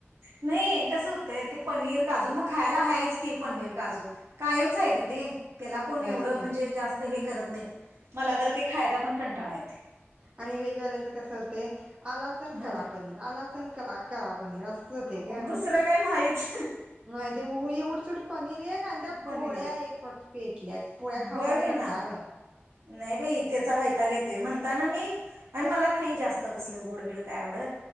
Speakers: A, on the right (about 80°); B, on the right (about 25°).
A: नाही, कसं होतंय ते पनीर काजू म खायला हायच की पनीर काजू कायमचं हाय गं ते. त्याला कोण
B: हेच
A: एवढं
B: आहे
A: म्हणजे जास्त हे रत नाही, मला तर ते खायचा पण कंटाळा येतंय.
B: आणि वेजवाल्यांच कसं होतय, आला सन
A: होय
B: करा पनीर आलासन कला करा पण रास्त होतंय गं.
A: दुसरं काय नाहीच
B: नाही तेव येवचड पणी त्री एकांद्या
A: पनीरच
B: पोळ्या एगोच पेटल्यात पोळ्या खाऊंगाआतं
A: होय बाई ना
B: कट्टाळ आलंय.
A: नाही बाई तेचावयताक येतोय म्हणताना मी आणि मला नाही जास्त तसलं गोडबीड काय आवडत.